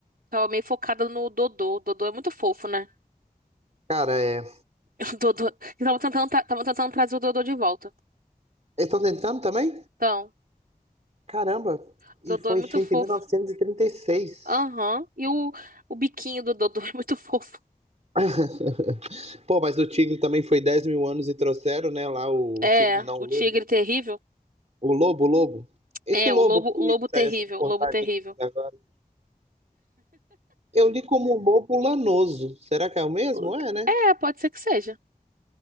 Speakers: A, on the right; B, on the right.
A: Tava meio focada no Dodô. O Dodô é muito fofo, né?
B: Cara, é.
A: <laughs> O Dodô. Eu tava tentando, tra- tava tentando trazer o Dodô de volta.
B: Eles estão tentando também?
A: Então,
B: Caramba!
A: o
B: E
A: Dodô
B: foi
A: é muito
B: extinto
A: fofo.
B: em 1936.
A: Aham. E o, o biquinho do Dodô <laughs> é muito fofo.
B: <laughs> Pô, mas o tigre também foi 10 mil anos e trouxeram, né? Lá o,
A: É,
B: o tigre, não,
A: o
B: o lobo.
A: tigre terrível.
B: O lobo, o lobo. Esse
A: É,
B: lobo
A: o lobo,
B: que
A: o lobo terrível,
B: saiu essa reportagem
A: o lobo terrível.
B: toda agora. Eu li como lobo lanoso. Será que é o mesmo?
A: O-
B: É, né?
A: É, pode ser que seja.